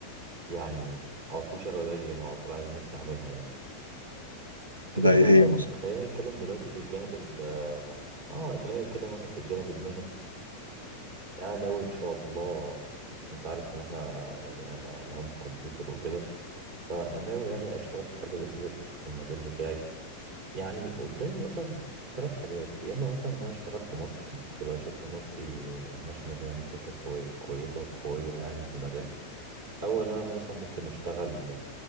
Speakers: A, on the right (about 60°); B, on the right (about 80°).
A: يعني على طول شاغلة بالي يعني وعلى طول عايز نفسي أعملها يعني
B: زي
A: كده كده
B: ايه
A: مثلا
B: مثلا
A: خلينا نتكلم دلوقتي في الجانب ال اه خلينا نتكلم مثلا في الجانب المهني أنا ناوي إن شاء الله أنت عارف إن إحنا يعني أنا مهندس كمبيوتر وكده فناوي يعني أشتغل في حاجة لذيذة في المجال بتاعي يعني قدامي مثلا ثلاث حاجات يا اما مثلا ان انا اشتغل في مصر بس تبقى شركه مالتي ناشونال يعني شركه كوي- كويسه وقويه يعني في المجال او ان انا مثلا ممكن اشتغل